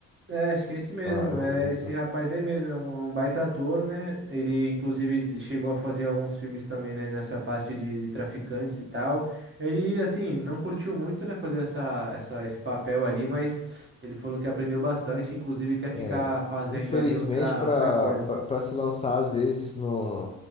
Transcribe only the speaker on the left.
Rafael
Logan.
É,
infelizmente,
para
para se lançar, às vezes, no,